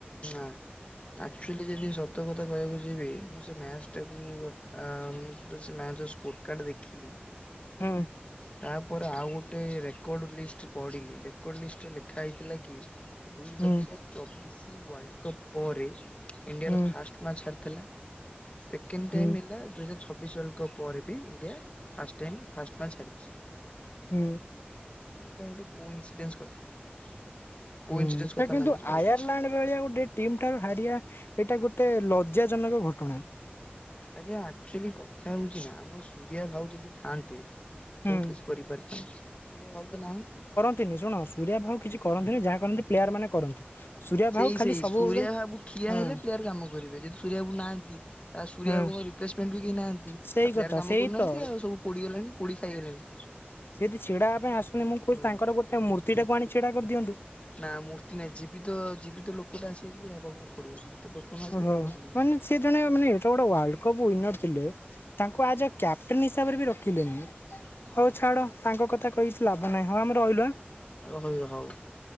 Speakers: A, on the left; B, on the left.
A: ନାଁ ଆକ୍ଚ୍ୟୁଲି ଯଦି ସ ସତ କଥା କହିଆକୁ ଯିବି, ମୁଁ ସେ ମ୍ୟାଚ୍ ଟାକୁ ଆ ମୁଁ ତ ସେ ମ୍ୟାଚ୍ ର ସ୍କୋରକାର୍ଡ଼ ଦେ ଖିଲି
B: ହୁଁ
A: ତାପରେ ଆଉ ଗୋଟେ ରେକର୍ଡ ଲିଷ୍ଟ ପଢିଲି, ରେକର୍ଡ ଲିଷ୍ଟରେ ଲେଖା ହେଇଥିଲା କି ଦୁଇ
B: ହୁଁ
A: ହଜାର ଚବିଶି ୱାର୍ଲ୍ଡ କପ୍ ପରେ ଇଣ୍ଡିଆର
B: ହୁଁ
A: ଫାଷ୍ଟ ମ୍ୟାଚ୍ ହରାଇଥିଲା, ସେକେଣ୍ଡ
B: ହୁଁ
A: ଟାଇମ୍ ହେଲା ଦୁଇ ହଜାର ଛ ଛବିଶ୍ ୱାଲ୍ଡ କପ୍ ପରେ ବି India first time first match ହାରିଚି।
B: ହୁଁ।
A: ତ ଏଇଟା ଗୋଟେ କୋ ଇନ୍ସିଡେନ୍ସ କଥା, କୋ
B: ହୁଁ
A: ଇନ୍ସିଡେନ୍ସ
B: ତ
A: କଥା
B: କିନ୍ତୁ
A: ମାନିକି ରହିଯାଇଚି।
B: <unintelligible> ଗୋଟେ ଟିମ୍ ଠାରୁ ହାରିଆ ଏଇଟା ଗୋଟେ ଲଜ୍ଜାଜନକ ଘଟଣା।
A: ଆଜ୍ଞା ଆକ୍ଚ୍ୟୁଲି କଥା ହଉଚି ନା ଆମ ସୂରିଆ ଭାଉ ଯଦି ଥାଆନ୍ତେ
B: ହୁଁ
A: ବହୁତ୍ କିଛି କରିପାରିଥାନ୍ତେ, ସୂରିଆ ଭାଉ ତ ନାହାନ୍ତି।
B: ନ୍ତିନି ଶୁଣ ସୂରିଆ ଭାଉ କିଛି କରନ୍ତିନି, ଯାହା କରନ୍ତି ପ୍ଲେୟାର ମାନେ କରନ୍ତି। ସୂର୍ୟା
A: ସେଇ-ସେଇ
B: ଭାଉ ଖାଲି ସବୁବେଳେ
A: ସୁରିଆ
B: ପାଇଁ
A: ଭାବୁ ଠିଆ
B: ହଁ
A: ହେଲେ ପ୍ଲେୟାର୍ କାମ କରିବେ, ଯେଦି ସୂରିଆ ବାବୁ ନାହାନ୍ତି ଆଉ ସୂରିଆ
B: ହଁ
A: ବାବୁଙ୍କ ରିପ୍ଲେସମେଣ୍ଟ ବି କେହି ନାହାନ୍ତି,
B: ସେଇ
A: ଆଉ
B: କଥା
A: ପ୍ଲେୟାର କାମ
B: ସେଇ
A: କରୁନାହାନ୍ତି
B: ତ
A: ଆଉ ସବୁ ପୋଡିଗଲେଣି ପୋଡି ଖାଇଗଲେଣି।
B: ସେଦି ଛିଡ଼ା ହବା ପାଇଁ ଆସୁନି ମୁଁ କହୁଛି
A: ହୁଁ
B: ତାଙ୍କର ଗୋଟେ ମୂର୍ତ୍ତିଟାକୁ ଆଣି ଛିଡା କରିଦିଅନ୍ତୁ।
A: ନା ମୂର୍ତ୍ତି ନାହିଁ ଜୀବିତ ଜୀବିତ ଲୋକଟା ଆସିକି ହବାକୁ ପଡିବ ଯଦି ତ ଲୋକ ଆସିଲେ
B: ଓ ହଉ
A: କାମ ଚାଲିବନି।
B: ମାନୁଛି। ସେ ଜଣେ ମାନେ ଏତେ ବଡ ୱାର୍ଲ୍ଡ କପ୍ ୱିନର ଥିଲେ ତାଙ୍କୁ ଆଜ୍ ଏ କ୍ୟାପ୍ଟେନ ହିସାବରେ ବି ରଖିଲେନି।
A: ସେଇ ସେଇ
B: ହଉ ଛାଡ ତାଙ୍କ କଥା କହିକିଛି ଲାଭ ନାହିଁ ହଁ ଆମେ ରହିଲୁ ଆଁ।
A: ଆ <unintelligible> ହଉ ହଉ।